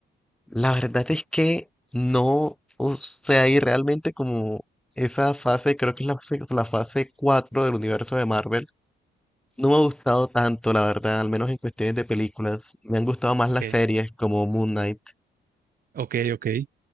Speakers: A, in the centre; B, on the right (about 45°).
A: La verdad es que no, o sea, y realmente como esa fase, creo que es la, fase- la fase 4 del universo de Marvel, no me ha gustado tanto, la verdad, al menos en cuestiones de películas. Me han gustado más
B: Ok,
A: las series como Moon Knight.
B: ok, ok.